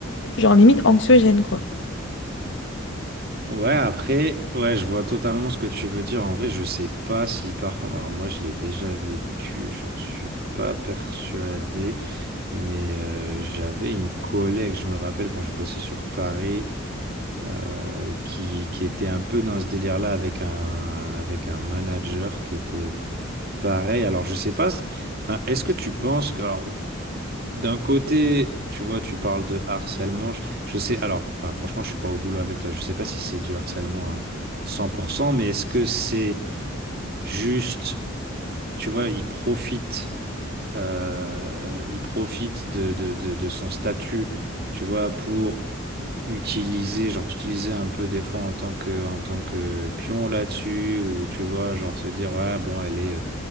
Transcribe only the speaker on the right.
Ouais, après, ouais, je vois totalement ce que tu veux dire. En vrai, je sais pas si par contre, alors moi je l'ai déjà vécu, j'en suis pas persuadé, mais euh, j'avais une collègue, je me rappelle quand je bossais sur Paris, euh, qui, qui était un peu dans ce délire-là avec un, avec un manager qui était euh, pareil. Alors je sais pas, c- enfin, est-ce que tu penses que, alors d'un côté, tu vois, tu parles de harcèlement. Je, je sais, alors, enfin, franchement, je suis pas au boulot avec toi. Je sais pas si c'est du harcèlement à 100%, mais est-ce que c'est juste, tu vois, il profite, euh, il profite de, de, de, de son statut, tu vois, pour utiliser, genre, t'utiliser un peu des fois en tant que, en tant que pion là-dessus, ou tu vois, genre, se dire, ouais, bon, elle est